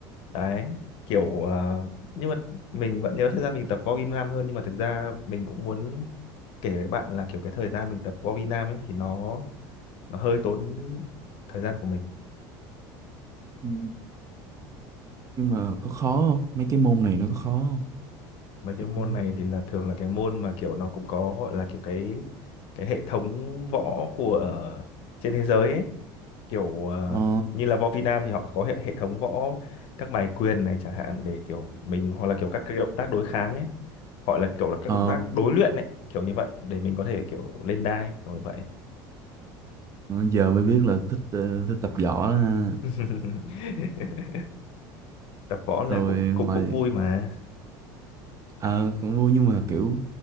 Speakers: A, on the left (about 60°); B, on the right (about 30°).
A: đấy kiểu ờ, nhưng mà mình vẫn nhớ thời gian mình tập vo vi nam hơn nhưng mà thực ra mình cũng muốn kể với bạn là kiểu cái thời gian mình tập võ Việt Nam ấy thì nó nó hơi tốn thời gian của mình
B: Ừ. nhưng mà có khó không mấy cái môn này nó có khó không
A: mấy cái
B: Kiểu-
A: môn này thì là thường là cái môn mà kiểu nó cũng có gọi là kiểu cái cái hệ thống võ của ờ, trên thế giới ấy kiểu ờ,
B: ờ
A: như là võ Việt Nam thì họ có hệ, hệ thống võ các bài quyền này chẳng hạn để kiểu mình hoặc là kiểu các cái động tác đối kháng ấy gọi là kiểu là các
B: ờ
A: động tác đối luyện ấy kiểu như vậy để mình có thể kiểu lên đai kiểu như vậy
B: Ờ, giờ mới biết là thích ờ, thích tập võ đó ha.
A: <laughs> tập võ là
B: rồi
A: cũng cũng
B: ngoài
A: cũng vui mà
B: à, cũng vui nhưng mà kiểu